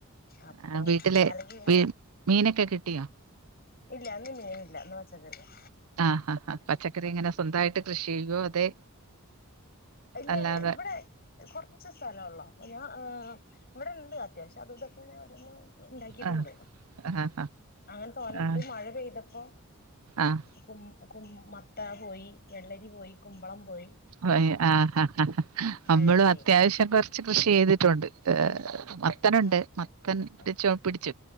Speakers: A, on the left (about 45°); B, on the right (about 80°).
A: അപ്പൊ
B: ഹ വീട്ടിലെ
A: അല്ലെങ്കിൽ
B: വീ മീനൊക്കെ കിട്ടിയോ
A: ഇല്ല ഇന്ന് മീനില്ല ഇന്ന് പച്ചക്കറിയാ
B: ആഹ് ആഹ് ആഹ് പച്ചക്കറി എങ്ങന സ്വന്തായിട്ട് കൃഷി ചെയ്യോ അതെ
A: ഇല്ലാ
B: അല്ലാതെ
A: ഇവിടെ കുറച്ച് സ്ഥല ഉള്ളോ അപ്പൊ ഞാൻ ഏഹ് ഇവിടെ ഇണ്ട് അത്യാവശ്യം അത് ഇതൊക്കെ ഞാൻ ഒരോന്ന് ണ്ടാക്കിട്ടുണ്ട്
B: ആഹ് ആഹ്
A: അങ്ങനെ തോന്ന
B: ആഹ്
A: പ്പോ മഴ പെയ്തപ്പോ
B: ആഹ്
A: കും കും മത്ത പോയി വെള്ളരി പോയി കുമ്പളം പോയി
B: പോയി ആഹ് ഹ ഹ ഹ
A: മഴയത്തെ
B: നമ്മളും അത്യാവശ്യം കൊർ കൊറച്ച് കൃഷി ചെയ്തിട്ടുണ്ട് ഏഹ് മത്തനുണ്ട്
A: ആഹ്
B: മത്തൻ <unintelligible>
A: ആഹ്
B: പിടിച്ചു